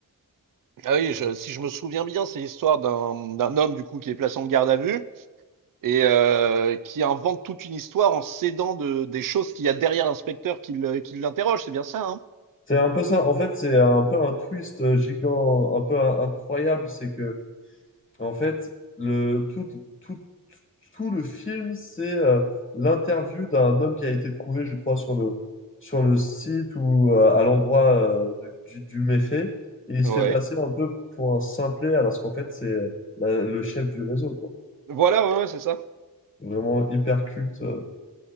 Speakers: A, on the right; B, on the left.
A: Ah oui, je- si je me souviens bien, c'est l'histoire d'un d'un homme du coup qui est placé en garde à vue et euh, qui invente toute une histoire en s'aidant de, des choses qu'il y a derrière l'inspecteur qui le- qui l'interroge. C'est bien ça, hein?
B: C'est un peu ça. En fait, c'est un peu un twist euh, gigant, un peu in- incroyable. C'est que, en fait, le, tout, tout, tout le film, c'est euh, l'interview d'un homme qui a été trouvé, je crois, sur le, sur le site ou euh, à l'endroit euh, du, du méfait. Et il
A: Ouais.
B: se fait passer un peu pour un simplet, alors qu'en fait, c'est euh, la- le chef du réseau, quoi.
A: Voilà, ouais, ouais, c'est ça.
B: Vraiment hyper culte. euh,